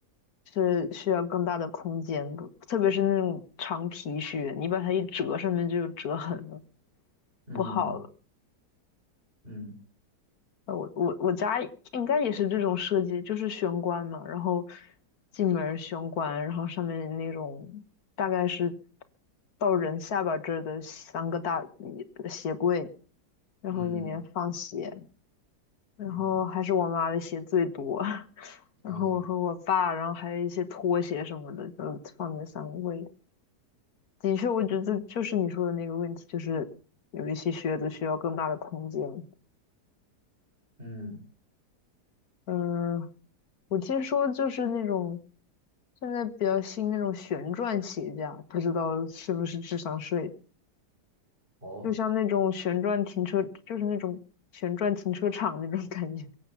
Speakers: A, on the left (about 60°); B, on the right (about 30°).
A: 是需要更大的空间的，特别是那种长皮靴，你把它一折，上面就有折痕了，
B: 嗯
A: 不好了。
B: 嗯
A: 呃我我我家应该也是这种设计，就是玄关嘛，然后进门儿玄关，然后上面那种大概是到人下巴这儿的三个大一鞋柜，然后里面放鞋，
B: 嗯
A: 然后还是我妈的鞋最多，
B: 嗯
A: <laughs> 然后我和我爸，
B: 啊
A: 然后还有一些拖鞋什么的，就放在三位。的确，我觉得就是你说的那个问题，就是有一些靴子需要更大的空间。
B: 嗯
A: 嗯，我听说就是那种现在比较新那种旋转鞋架，不知道是不是智商税，
B: 哦。
A: 就像那种旋转停车，就是那种旋转停车场那种感觉，